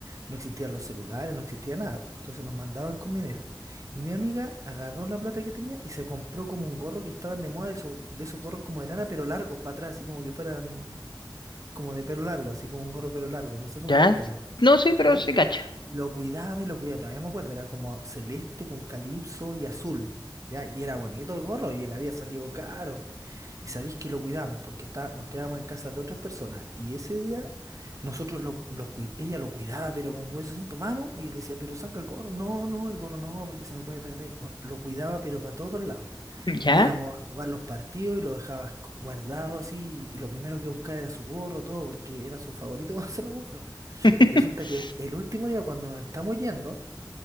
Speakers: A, on the right; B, on the left.
A: no existían los celulares, no existía nada, pues. Entonces nos mandaban con dinero. Y mi amiga agarró la plata que tenía y se compró como un gorro que estaban de moda de esos, de esos gorros como de lana, pero largos para atrás, así como que fueran como de pelo largo, así como un gorro pero largo, no sé cómo
B: ¿Ya?
A: explicarlo.
B: No, sí, pero
A: ¿Ya?
B: se cacha.
A: Y Lo cuidaba y lo cuidaba, todavía me acuerdo, era como celeste con calipso y azul. ¿Ya? Y era bonito el gorro y él había salido caro. Y sabéis que lo cuidamos porque está, nos quedábamos en casa de otras personas. Y ese día nosotros lo, los cui- ella lo cuidaba, pero con hueso santo, vamos. Y le decía, pero saca el gorro. No, no, el gorro no, porque se me puede perder. Bueno, Lo cuidaba, pero para todos lados.
B: ¿Ya?
A: Íbamos a jugar los partidos y lo dejaba esc- guardado así. Y lo primero que buscaba era su gorro, todo, porque era su favorito <laughs> cuando se lo compró.
B: <laughs>
A: Y resulta que el último día, cuando nos estamos yendo,